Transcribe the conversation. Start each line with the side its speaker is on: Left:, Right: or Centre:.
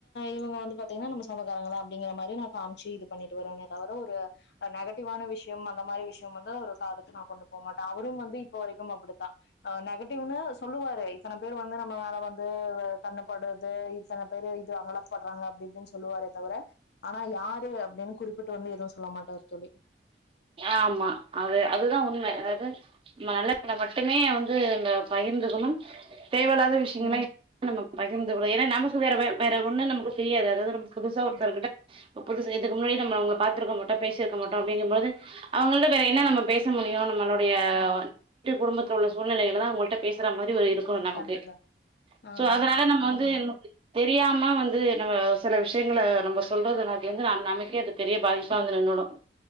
Left: இவங்க வந்து பாத்தீங்கன்னா நம்ம சொந்தக்காரங்கள அப்படிங்கிற மாதிரி ந காமிச்சு இது பண்ணிட்டு வருரனே தவிர ஒரு நெகட்டிவான விஷயம் அந்த மாதிரி விஷயம் வந்து ஒரு காதத்துக்கு நான் கொண்டு போக மாட்டேன் அவரும் வந்து இப்ப வரைக்கும் அப்படித்தான் அஹ் நெகட்டிவ்ன்னனு சொல்லுவாரு இத்தனை பேர் வந்து நம்ம மேல வந்து கண்ணுப்படுறது இத்தனை பேரு இது அங்காப்படுறாங்க அப்படி இப்படின்னு சொல்லுவாாரே தவிர ஆனா யாரு அப்படின்னு குறிப்பிட்டு வந்து எதுவும் சொல்ல மாட்டார் தோழி
Right: ஆமா அது அதுதான் உண்மை அதாவது ந நல்ல பலை மட்டுமே வந்து இந்த பகிர்ந்துக்கணும் தேவலாத விஷயங்கள்
Left: ம்
Right: நம்ம பகிர்ந்து ஏன்னா நமக்கு வேற வேற ஒண்ணு நமக்கு தெரியாது அதாவது நமக்கு புதுசா ஒருத்த
Left: ம்
Right: கிட்ட புதுக்கு முன்னாடி நம்மங்க பாத்துக்கட்டம் பேசிருக்க மாட்டோ அப்படிங்கும்போது அவங்கள்ட வேற என்ன நம்ம பேச முடியும் நம்மளோட
Left: ம்
Right: அப்படிய குடும்பத்துல உள்ள சூழ்நிலைகளாத தான் அவர்கள் டா பேசுற மாதிரி ஒரு இருக்கணும் நமக்கு
Left: கண்டிப்பா ஆ
Right: சோ அதனால நம்ம வந்து
Left: ஆமா
Right: தெரியாம வந்து நம்ம சில விஷயங்களை நம்ம சொல்றதுன வந்து நான் நமக்கே அது பெரிய பாதிப்பா வந்து நின்ணுடும்